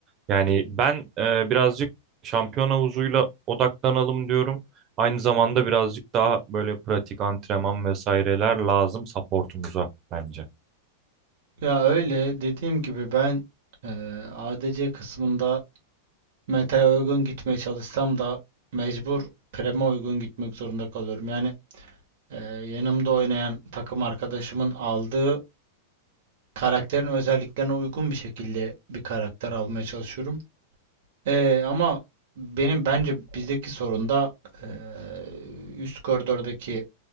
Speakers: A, on the right; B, on the right.
A: Yani ben e, birazcık şampiyon havuzuyla odaklanalım diyorum. Aynı zamanda birazcık daha böyle pratik antrenman vesaireler lazım supportumuza bence.
B: Ya öyle dediğim gibi ben eee, ADC kısmında meta'ya uygun gitmeye çalışsam da mecbur prem'e uygun gitmek zorunda kalıyorum. Yani eee, yanımda oynayan takım arkadaşımın aldığı karakterin özelliklerine uygun bir şekilde bir karakter almaya çalışıyorum. Eee, ama benim bence bizdeki sorun da eee, üst koridordaki